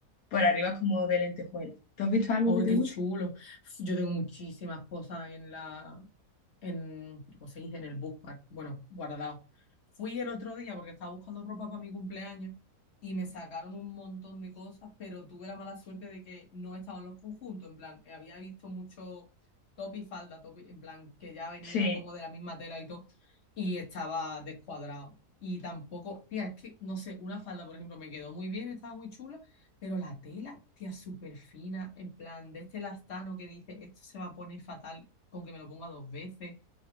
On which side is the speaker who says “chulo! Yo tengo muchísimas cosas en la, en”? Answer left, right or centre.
Left